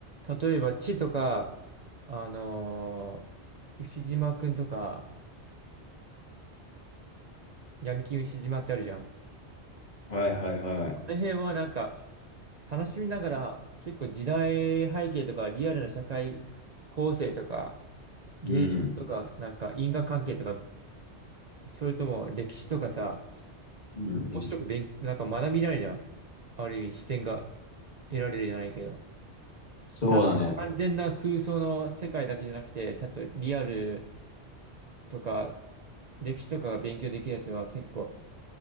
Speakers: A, on the right; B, on the left.
A: 例えば地とか、あのー牛島くんとか、闇金牛島ってあるじゃん。あ
B: はいはいはい。
A: の辺はなんか、楽しみながら、結構時代背景とか、リアルな社会構成とか、現象とか、
B: うん。
A: なんか因果関係とか、それとも歴史とかさ、
B: うんうん
A: 面白く勉強、なんか学びられるじゃん。ある意味視点が得られるじゃないけど。
B: そうだね。
A: ただ完全な空想の世界だけじゃなくて、ちゃんとリアルとか歴史とかが勉強できるやつは結構